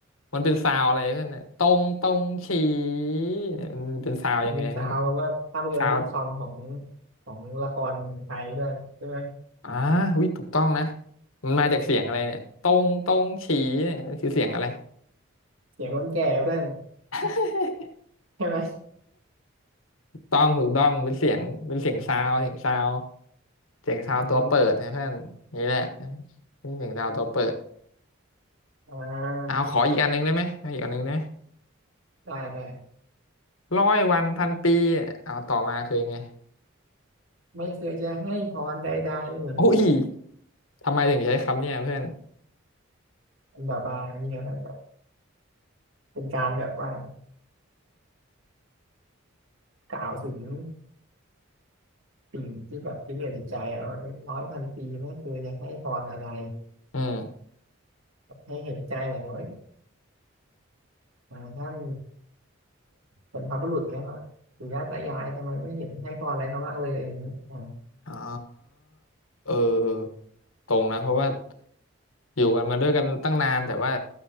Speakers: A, on the left; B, on the right.
A: มันเป็นซาวอะไรเพื่อนเนี่ยตรงตรงฉีเนี่ยมันเป็นซาวยังไงเพื่อน
B: เป็นสาวแบบว่าภาพยนตร์ซิทคอมของ
A: ซาว
B: ของละครไทยเพื่อนใช่ไหม
A: อ่าอุ้ยถูกต้องนะมันมาจากเสียงอะไรเนี่ยตรงตรงฉีเนี่ยมันคือเสียงอะไร
B: เสียงคนแก่เพื่อน
A: <laughs>
B: ใช่ไหม
A: ต้องถูกต้องเป็นเสียงเป็นเสียงซาวเสียงซาวเสียงซาวตัวเปิดนะเพื่อนนี่แหละ
B: อืม
A: เป็นเสียงซาวตัวเปิด
B: อ่า
A: เอาขออีกอันหนึ่งได้ไหมขออีกอันหนึ่งได้ไหม
B: ได้ได้
A: ร้อยวันพันปีเอาต่อมาคือยังไง
B: ไม่เคยจะให้พรใดๆเนี่ย
A: โอ้ยทำไมถึงใช้คำเนี่ยเพื่อน
B: มันแบบว่านี่ไงแบบแบบเป็นการแบบว่ากล่าวถึงสิ่งที่แบบที่เหนือจิตใจอะว่าร้อยพันปีไม่เคยจะให้พรอะไร
A: อืม
B: ให้เห็นใจหน่อยว่าเอ้ยอ่าท่านเป็นพระบุรุษเนี่ยว่าปู่ย่าตายายทำไมไม่เห็นให้พรอะไรเขาบ้างเลยอย่างนี้อ่า
A: อ๋อเออเออตรงนะเพราะว่าอยู่กันมาด้วยกันตั้งนานแต่ว่า